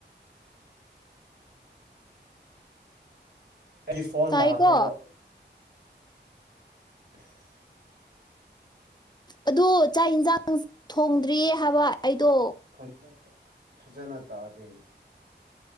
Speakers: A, on the right; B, on the left.
A: ꯑꯩꯒꯤ ꯐꯣꯟ
B: ꯇꯥꯌꯦꯀꯣ꯫
A: ꯇꯥꯈ꯭ꯔꯕ <unintelligible>
B: ꯑꯗꯨ ꯆꯥꯛ ꯌꯦꯟꯁꯥꯡ ꯊꯣꯡꯗ꯭ꯔꯤꯌꯦ ꯍꯥꯏꯕ ꯑꯩꯗꯣ꯫
A: <unintelligible> ꯐꯖꯅ ꯇꯥꯗꯦꯅꯦ꯫